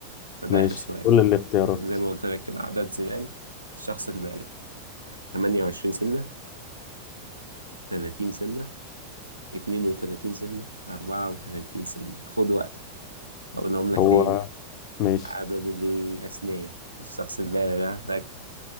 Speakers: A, on the right (about 80°); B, on the left (about 40°).
A: فده
B: ماشي
A: اخر سؤال
B: كل الاختيارات
A: زي ما قلت لك كده عدد سنان الشخص البالغ 28 سنة 30 سنة 32 سنة 34 سنة خد وقتك اقولهم لك
B: هو
A: تاني
B: ماشي
A: عدد الاسنان الشخص البالغ ها، ركز